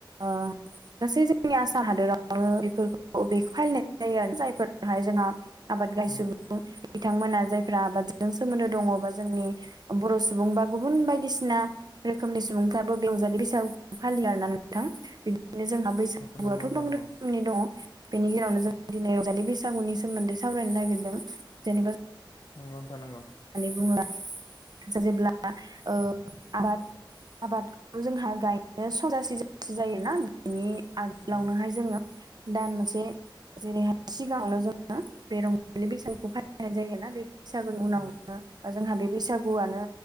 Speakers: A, on the right; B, on the left.
A: ओ गासै जोंनि आसा हादरावनो बेफोरखौ बेखो फालिनाय जायो आरो जायफोरहाय जोंहा आबाद गायसोबो
B: नंगौ
A: <unintelligible> बिथांमोना जायफ्रा आबादजों सोमोन्दो दङ बा जोंनि बर' सुबुं बा गुबुन बायदिसिना रोखोमनि सुबुंफ्राबो रंजालि बैसागु फालियो आरोना नोंथां। बिनो जोंहा बैसागुआथ'
B: नोंथां
A: <unintelligible> रोख खोमनि
B: नंगौ
A: दङ बेनि गेजेरावनो जों दिनै रंजालि बैसागुनि सोमोन्दै सावरायनो नागिरदों जेनेबा
B: नंगौ था नंगौ।
A: होननानै <unintelligible> जेब्ला ओ आबाद आबादखौ जोंहा गायनो सम जासि जसि जायोना बेनि आग
B: औ
A: लावनोहाय जोङो दान मोनसे जेरैहाय सिगाङावनो जोङो बे रंजालि बैसागुखौ फालिनाय जायोना बे सागुनि उनाव
B: नंगौ
A: ओ जोंहा बे बैसागुआनो